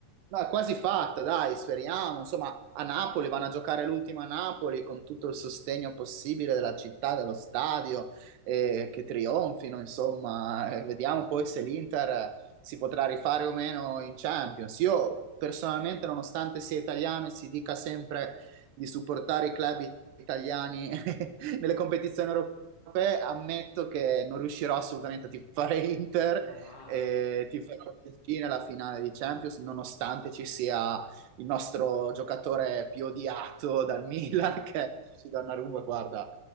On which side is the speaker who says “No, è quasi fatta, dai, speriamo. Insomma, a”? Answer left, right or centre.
Right